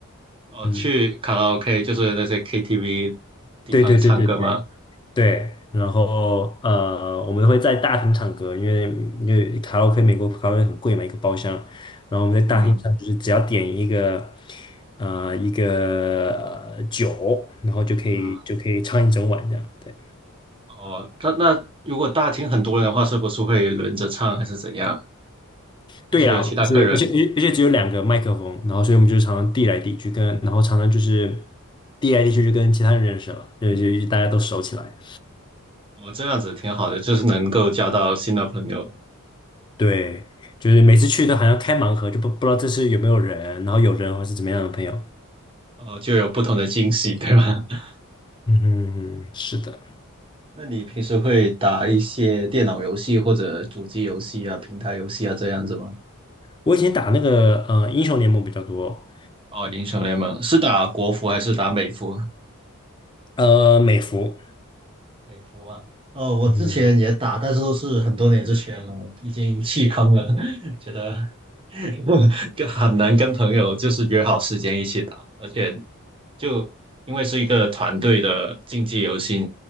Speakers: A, on the right; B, on the left.
A: 哦，
B: 嗯，
A: 去卡拉 OK，就是那些 KTV 地方唱歌吗？
B: 对对对对对。对，然后呃，我们会在大厅唱歌，因为因为卡拉 OK 美国卡拉 OK 很贵嘛，一个包厢，然后我们在大厅唱，
A: 嗯
B: 就是只要点一个呃一个呃酒，然后就可以就可以唱一整晚这样。
A: 嗯。
B: 对
A: 哦，那那如果大厅很多人的话，是不是会轮着唱还是怎样？就是有其他客人，
B: 对呀、就是而且而且只有两个麦克风，然后所以我们就常常递来递去跟，然后常常就是递来递去就跟其他人认识了，对，就大家都熟起来。
A: 哦，这样子挺好的，就是能够交到新的朋友，
B: 对，就是每次去都好像开盲盒，就不不知道这是有没有人，然后有人或是怎么样的朋友。
A: 哦，就有不同的惊喜，对吧？<laughs>
B: 嗯哼，是的，
A: 那你平时会打一些电脑游戏或者主机游戏啊、平台游戏啊这样子吗？
B: 我以前打那个呃英雄联盟比较多，
A: 哦，英雄联盟是打国服还是打美服？
B: 呃美服，
A: 可以说吧。哦，我之前也打，
B: 嗯，
A: 但是都是很多年之前了，已经弃坑了，<laughs> 觉得 <laughs> 跟很难跟朋友就是约好时间一起打，而且就因为是一个团队的竞技游戏，